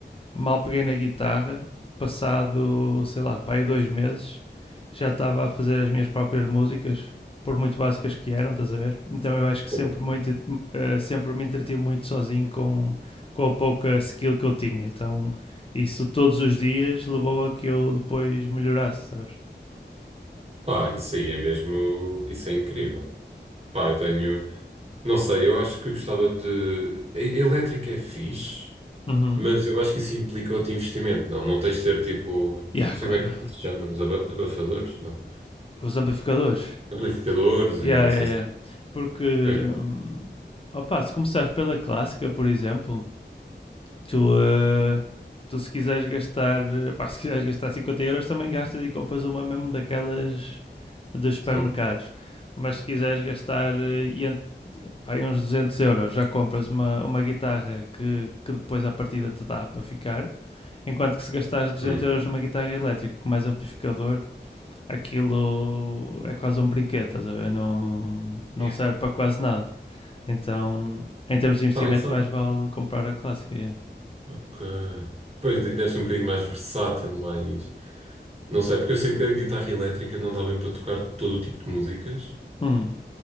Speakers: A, on the left; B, on the right.
A: mal peguei na guitarra, passado, sei lá, para aí dois meses, já estava a fazer as minhas próprias músicas, por muito básicas que eram, estás a ver? Então eu acho que
B: Pô,
A: sempre, muito, eh, sempre me entreti muito sozinho com, com a pouca skill que eu tinha. Então isso todos os dias levou a que eu depois melhorasse, sabes?
B: Pá, isso aí é mesmo. Isso é incrível. Pá, eu tenho. Não sei, eu acho que gostava de. e- Elétrica é fixe,
A: Uhum.
B: mas eu acho que isso implica outro investimento, não? Não tens de ter tipo.
A: Yeah,
B: Não sei
A: claro.
B: como é que se chama, os aba- abafadores? Não.
A: Os amplificadores.
B: Amplificadores
A: Yeah,
B: e não
A: yeah,
B: sei
A: yeah.
B: se.
A: Porque,
B: é,
A: hum, opa, se começares pela clássica, por exemplo, tu, eh, tu se quiseres gastar, eh, pá, <laughs> se quiseres gastar 50 euros, também gastas e compras uma mesmo daquelas dos supermercados.
B: são-
A: Mas se quiseres gastar eh, pá, uns 200 euros, já compras uma, uma guitarra que, que depois à partida te dá para ficar. Enquanto que se gastares 200
B: Hum.
A: euros numa guitarra elétrica com mais amplificador, aquilo é quase um brinquedo, estás a ver? Não, não
B: É,
A: serve para quase nada. Então, em termos de investimento,
B: pá, isso.
A: mais vale comprar a clássica. yeah.
B: Ok. Pois deve ser um bocadinho mais versátil, mais. Não sei, porque eu sinto que a guitarra elétrica não dá bem para tocar todo o tipo de músicas.
A: Hum.